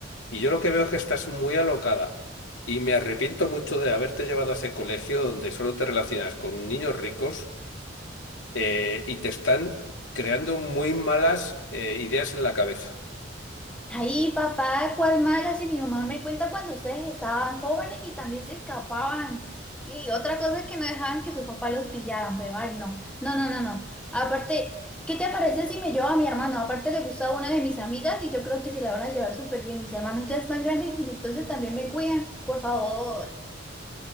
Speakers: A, on the left; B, in the centre.
A: Y yo lo que veo es que estás muy alocada. Y me arrepiento mucho de haberte llevado a ese colegio donde solo te relacionas con niños ricos eh, y te están creando muy malas eh, ideas en la cabeza.
B: Ay, papá, cuál mala, si mi mamá me cuenta cuando ustedes estaban jóvenes y también se escapaban. Y otra cosa es que no dejaban que sus papás los pillaran, pero ay, no, no, no, no, no. Aparte, ¿qué te parece si me llevo a mi hermano? Aparte le gustaba una de mis amigas y yo creo que se la van a llevar súper bien. Mis hermanos ya están grandes y entonces también me cuidan. Por favor.